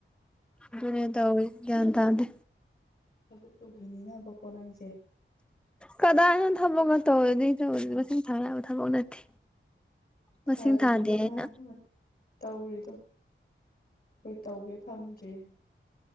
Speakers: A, in the centre; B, on the left.
A: ꯑꯗꯨꯅꯦ ꯇꯧꯋꯤꯁ ꯒ꯭ꯌꯥꯟ ꯇꯥꯗꯦ
B: ꯊꯕꯛ ꯇꯧꯕꯤꯅꯤꯅꯕꯀꯣ ꯅꯪꯁꯦ
A: ꯀꯗꯥꯏꯅ‌ꯣ ꯊꯕꯛꯀ ꯇꯧꯋ‌ꯦ <unintelligible> ꯃꯁꯤꯡ ꯊꯥ ꯌꯥꯕ ꯊꯕꯛ ꯅꯠꯇꯦ ꯃꯁꯤꯡ
B: ꯐꯔꯕꯅꯤ
A: ꯊꯥꯗꯦ
B: ꯏꯕꯦꯝꯃ
A: ꯑꯩꯅ
B: <unintelligible> ꯇꯧꯔꯤꯗꯣ ꯑꯩꯈꯣꯏ ꯇꯧꯒꯦ ꯐꯪꯗ꯭ꯔꯦ